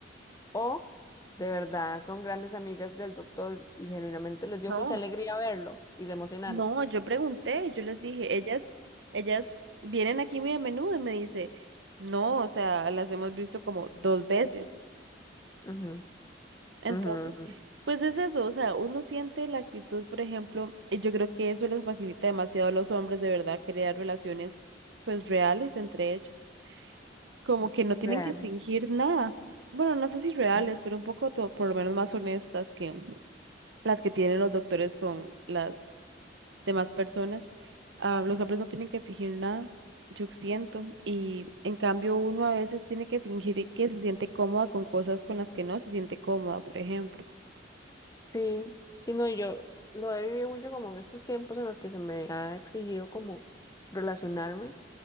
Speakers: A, on the left; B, on the right.
A: O de verdad son grandes amigas del doctor y genuinamente les dio
B: no,
A: mucha alegría verlo y se emocionaron.
B: no, yo pregunté, yo les dije, ellas, ellas vienen aquí muy a menudo y me dice, no, o sea, las hemos visto como dos veces.
A: Ujú,
B: Entonces,
A: ujú, ujú.
B: pues es eso, o sea, uno siente la actitud, por ejemplo, y yo creo que eso les facilita demasiado a los hombres de verdad crear relaciones pues reales entre ellos. como que no tienen
A: Reales.
B: que fingir nada. Bueno, no sé si reales,
A: Ujú.
B: pero un poco to- por lo menos más honestas que las que tienen los doctores con las demás personas. Ah, los hombres no tienen que fingir nada, yo siento, y en cambio uno a veces tiene que fingir que se siente cómoda con cosas con las que no se siente cómoda, por ejemplo.
A: Sí, sí, no, y yo lo he vivido mucho como en estos tiempos en los que se me ha exigido como relacionarme.